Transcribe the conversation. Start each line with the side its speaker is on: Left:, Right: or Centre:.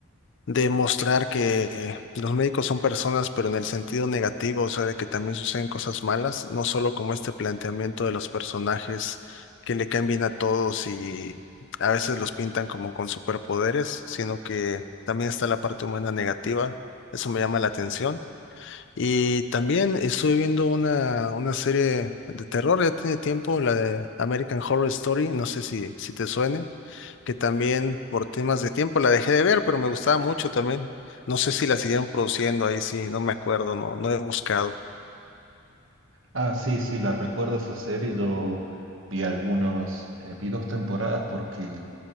Left: de mostrar que los médicos son personas, pero en el sentido negativo, o sea, de que también suceden cosas malas, no solo como este planteamiento de los personajes que le caen bien a todos y a veces los pintan como con superpoderes, sino que también está la parte humana negativa. Eso me llama la atención. Y también estuve viendo una, una serie de terror, ya tiene tiempo, la de American Horror Story, no sé si, si te suene, que también por temas de tiempo la dejé de ver, pero me gustaba mucho también. No sé si la siguieron produciendo ahí, sí, no me acuerdo, no, no he buscado.
Right: Ah, sí, sí, la recuerdo esa serie, yo vi algunos, eh, vi dos temporadas porque